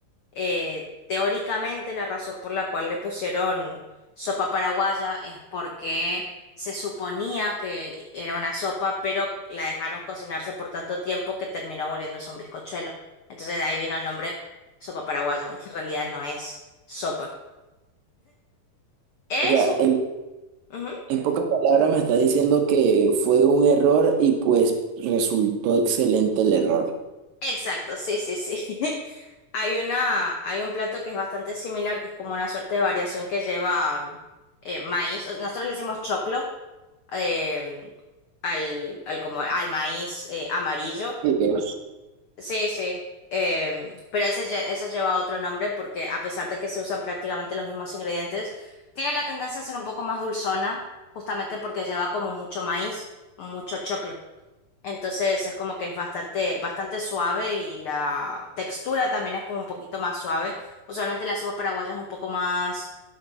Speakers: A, on the left (about 85°); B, on the right (about 75°).
A: eh, teóricamente la razón por la cual le pusieron sopa paraguaya es porque se suponía que era una sopa, pero la dejaron cocinarse por tanto tiempo que terminó volviéndose un bizcochuelo. Entonces de ahí vino el nombre sopa paraguaya, aunque en realidad no es sopa. Eso.
B: O sea,
A: ujú.
B: En pocas palabras me está diciendo que fue un error y pues resultó excelente el error.
A: Exacto, sí, sí, sí. <laughs> Hay una, hay un plato que es bastante similar, que es como una suerte de variación que lleva eh, maíz. O- Nosotros le decimos choclo, eh, al, al, como al maíz eh, amarillo.
B: Sí, bien.
A: Sí, sí. Eh, pero ese, lle- ese lleva otro nombre porque a pesar de que se usan prácticamente los mismos ingredientes, tiene la tendencia a ser un poco más dulzona, justamente porque lleva como mucho maíz, mucho choclo. Entonces es como que es bastante, bastante suave y la textura también es como un poquito más suave. Usualmente la sopa paraguaya es un poco más